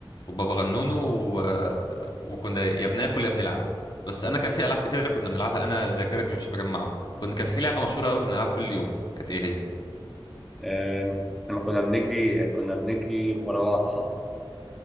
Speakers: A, on the left; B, in the centre.
A: وبابا غنونو و... وكنا يا بناكل يا بنلعب بس انا كان في العاب كتيره كنا بنلعبها انا ذاكرتي مش مجمعه كنا كان في لعبه مشهوره قوي كنا بنلعبها كل يوم كانت ايه هي
B: آم، لما كنا بنجري كنا بنجري ورا بعض صح؟